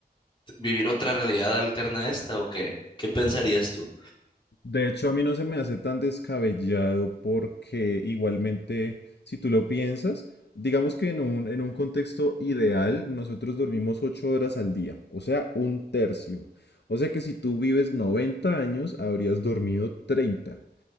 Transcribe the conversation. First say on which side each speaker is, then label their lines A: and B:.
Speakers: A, on the left; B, on the left.
A: vivir otra realidad alterna a esta o qué? ¿Qué pensarías tú?
B: De hecho, a mí no se me hace tan descabellado porque igualmente, si tú lo piensas, digamos que en un, en un contexto ideal, nosotros dormimos ocho horas al día, o sea, un tercio. O sea que si tú vives 90 años, habrías dormido treinta